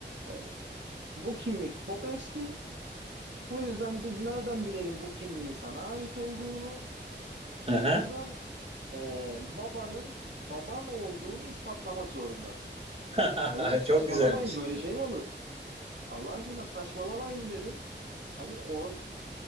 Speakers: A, on the right; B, on the right.
A: e, bu kimlik çok eski. Bu yüzden biz nereden bilelim bu kimliğin sana ait olduğunu? Bu
B: Aha.
A: yüzden e, babanın baban olduğunu ispatlamak zorundasın.
B: <laughs>
A: Ya dedim saçmalamayın
B: Çok güzelmiş.
A: böyle şey mi olur? Allah aşkına saçmalamayın dedim. Hani or